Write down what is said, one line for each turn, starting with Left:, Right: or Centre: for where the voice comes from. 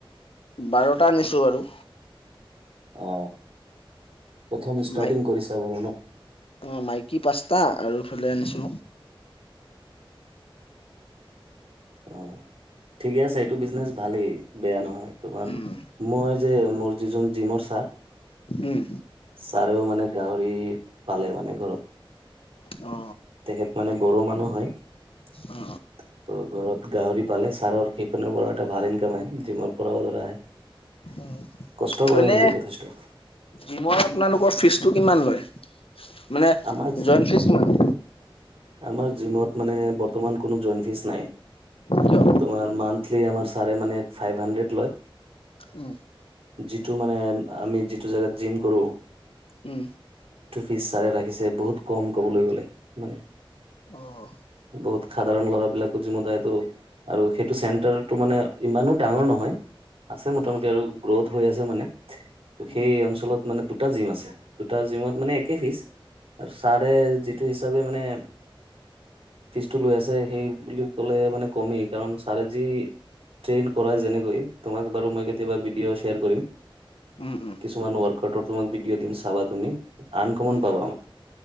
Left: বাৰটা আনিছো আৰু
Right: অ প্ৰথম ষ্টাৰ্টিং
Left: মাইক
Right: কৰিছা বাৰু ন
Left: অ মাইকী পাঁচ্তটা আৰু ফালে আনিছো।
Right: <inaudible> ঠিকে আছে এইটো বিজনেচ ভালেই বেয়া নহয় তোমাৰ
Left: উম
Right: মই যে মোৰ যিজন জিমৰ ছাৰ
Left: উম
Right: ছাৰেও মানে। গাহৰি পালে মানে ঘৰত
Left: অ
Right: তেখেত মানে বড়ো মানুহ হয়। ত
Left: অ
Right: ঘৰত গাহৰি পালে ছাৰৰ সেইপিনে পৰা এটা ভাল ইনকাম আহে জিমৰ পৰাও ধৰা আহে।
Left: অ
Right: কষ্ট কৰে
Left: এনে
Right: কিন্তু যথেষ্ট।
Left: জিমৰ আপোনালোকৰ ফিজটো কিমান লয়। মানে
Right: আমাৰ
Left: জইণ্ট ফিচ মানে।
Right: আমাৰ জিমত মানে বৰ্তমান কোনো জইণ্ট ফিজ নাই।
Left: কিয়
Right: তোমাৰ মান্থলি আমাৰ ছাৰে মানে ফাইভ হাণ্ড্ৰেড লয়।
Left: উম।
Right: যিটো মানে আমি যিটো জোগাত জিম কৰোঁ।
Left: উম।
Right: ফিছ ছাৰে ৰাখিছে বহুত কম ক'বলৈ গ'লে মানে
Left: আহ
Right: বহুত সাধাৰণ ল'ৰাবিলাকো জিমত আহে টো আৰু সেইটো চেণ্টাৰটো মানে ইমানো ডাঙৰ নহয় আছে মোটামুটি
Left: উম
Right: আৰু গ্ৰথ হৈ আছে মানে ত সেই
Left: উম
Right: অঞ্চলত মানে দুটা জিম আছে দুটা জিমত মানে একে ফিচ আৰু ছাৰে যিটো হিচাপে মানে ফিজটো লৈ আছে সেই বুলি ক'লে মানে কমেই কাৰণ ছাৰে যি ট্ৰেইন কৰাই যেনেকৈ তোমাক বাৰু মই কেতিয়াবা ভিডিঅ' শ্বেয়াৰ কৰিম
Left: উম
Right: কিছুমান ৱৰ্ক মাক ভিডিঅ দিম চাবা তুমি আনকমন
Left: উম উম
Right: পাবা